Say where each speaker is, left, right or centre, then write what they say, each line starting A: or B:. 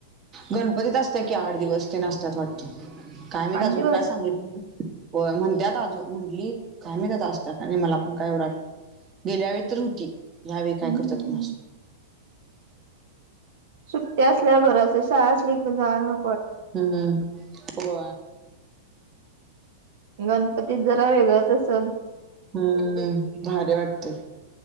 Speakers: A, on the right; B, on the right.
A: गणपतीत असतं की आठ दिवस ते नसतात वाटतं. काय माहित
B: आठ
A: अजून
B: दिवस
A: काय सांगितलं हो म्हणत्यात अजून म्हटली कामी त्या असत मला पण काय एवढं गेल्या वेळी तर होती ह्यावेेळी काय
B: हम्म
A: करतात
B: हम्म
A: कुणा
B: हम्म सुट्टी असल्या बरचं शाळा असली जा न
A: हम्म हो.
B: गणपतीत जरा वेगळंच अस
A: हम्म भारी वाटते